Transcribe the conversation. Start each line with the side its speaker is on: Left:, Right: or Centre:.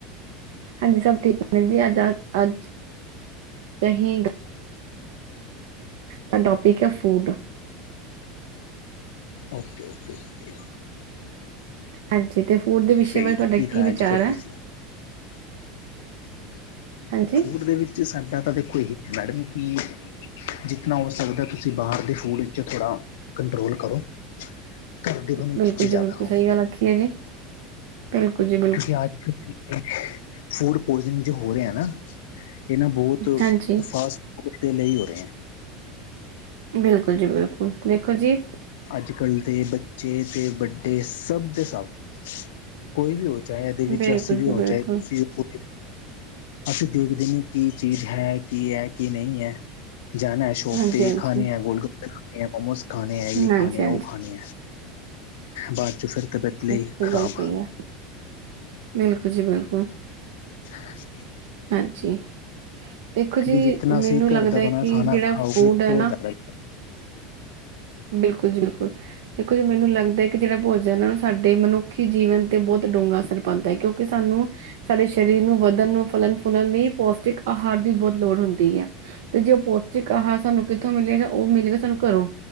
Right: ਹਾਂਜੀ ਸਭ ਠੀਕ ਮੈ ਜੀ ਅੱਜ-ਅੱਜ-ਅਜ ਦਹੀਂਗ ਤਾਂ ਟਪਿਕ ਹੈ ਫੂਡ
Left: ਓਕੇ-ਓਕੇ-ਓਕੇ
Right: ਹਾਂਜੀ ਤੇ ਫੂਡ ਦੇ ਵਿਸ਼ੇ
Left: ਸਹੀ
Right: ਬਾਰੇ ਤੁਹਾਡਾ
Left: ਖਾਇਆ
Right: ਕੀ ਵਿਚਾਰ
Left: ਅੱਜ ਫਿਰ
Right: ਹੈ
Left: ਤੁਸੀਂ
Right: ਹਾਂਜੀ
Left: ਫੂਡ ਦੇ ਵਿੱਚ ਸਾਡਾ ਤਾਂ ਦੇਖੋ ਇਹੀ ਹੈ ਮੈਡਮ ਕਿ ਜਿਤਨਾ ਹੋ ਸਕਦਾ ਤੁਸੀਂ ਬਾਹਰ ਦੇ ਫੂਡ ਵਿੱਚ ਥੋੜ੍ਹਾ ਕੰਟਰੋਲ ਕਰੋ ਕਰਦੇ ਹਨ ਇਹ
Right: ਬਿਲਕੁਲ
Left: ਚੀਜ਼ਾਂ ਜ਼ਿਆਦਾ
Right: ਜੀ ਬਿਲਕੁਲ
Left: ਹੋ
Right: ਸਹੀ ਗੱਲ ਆਖੀਏ ਜੀ ਬਿਲਕੁਲ ਜੀ ਬਿਲ
Left: ਕਿਉਂਕਿ ਅੱਜ ਕ ਫੂਡ ਪੋਇਸਨਿੰਗ ਜੋ ਹੋ ਰਿਹਾ ਨਾ ਇਹਨਾਂ ਬਹੁਤ
Right: ਹਾਂਜੀ
Left: ਫਾਸਟ ਫੂਡ ਦੇ ਲਈ ਹੋ ਰਿਹੇ ਹੈ
Right: ਬਿਲਕੁਲ ਜੀ ਬਿਲਕੁਲ ਦੇਖੋ ਜੀ
Left: ਅੱਜ ਕੱਲ੍ਹ ਦੇ ਬੱਚੇ ਤੇ ਵੱਡੇ ਸਭ ਦੇ ਸਭ ਕੋਈ ਵੀ ਹੋਏ ਚਾਹੇ ਇਹਦੇ ਵਿੱਚ
Right: ਬਿਲਕੁਲ
Left: ਅਸੀਂ
Right: ਜੀ
Left: ਵੀ ਹੋ ਚਾਹੇ
Right: ਬਿਲਕੁਲ
Left: ਤੁਸੀਂ ਵੀ ਕੋ- ਅਸੀਂ ਦੇਖਦੇ ਨੇ ਕੀ ਚੀਜ਼ ਹੈ ਕੀ ਹੈ ਕੀ ਨਹੀਂ ਹੈ ਜਾਣਾ ਸ਼ੋਪ
Right: ਹਾਂਜੀ
Left: ਤੇ
Right: ਹਾਂਜੀ
Left: ਖਾਣੇ ਆ ਗੋਲ ਗੋਪੇ ਖਾਣੇ ਆ ਮੋਮੋਸ ਖਾਣੇ ਆ ਇਹ
Right: ਹਾਂਜੀ
Left: ਖਾਣੇ
Right: ਹਾਂਜੀ
Left: ਆ ਉਹ ਖਾਣੇ ਆ ਬਾਅਦ ਚ ਫਿਰ ਤਬੀਅਤ ਲਈ
Right: ਸਹੀ
Left: ਖਰਾਬ
Right: ਗੱਲ ਕਹੀ ਹੈ। ਬਿਲਕੁਲ ਜੀ ਬਿਲਕੁਲ
Left: <inaudible>
Right: ਹਾਂਜੀ ਦੇਖੋ ਜੀ
Left: ਕਿ ਜਿਤਨਾ ਅਸੀਂ
Right: ਮੈਨੂੰ ਲੱਗਦਾ
Left: ਘਰ ਦਾ
Right: ਹੈ
Left: ਬਣਯਾ
Right: ਕਿ
Left: ਖਾਣਾ
Right: ਜਿਹੜਾ
Left: ਖਾਓਗੇ
Right: ਫੂਡ ਹੈ
Left: ਥਦਾ
Right: ਨਾ ਬਿਲਕੁਲ-ਬਿਲਕੁਲ ਦੇਖੋ ਜੀ ਮੈਨੂੰ ਲੱਗਦਾ ਕਿ ਜਿਹੜਾ ਭੋਜਨ ਇਹਨਾਂ ਨੂੰ ਸਾਡੇ ਮਨੁੀ ਜੀਵਨ ਤੇ ਬਹੁਤ ਡੂੰਘਾ ਅਸਰ ਪੈਂਦਾ ਹੈਉਂਕਿ ਸਾਨੂੰ ਸਾਡੇ ਸਰੀਰ ਨੂੰ ਵਧਣ ਨੂੰ ਫਲਣ ਫੁੱਲਣ ਲਈ ਪੌਸ਼ਟਿਕ ਆਹਾਰ ਦੀ ਬਹੁਤ ਲੋੜ ਹੁੰਦੀ ਹੈ ਤੇ ਜੇ ਉਹ ਪੋਚਿਕ ਆਹਾਰ ਸਾਨੂੰ ਕਿੱਥੋਂ ਮਿਲੇਗਾ ਉਹ ਮਿਲੇਗਾ ਸਾਨੂੰ ਘਰੋਂ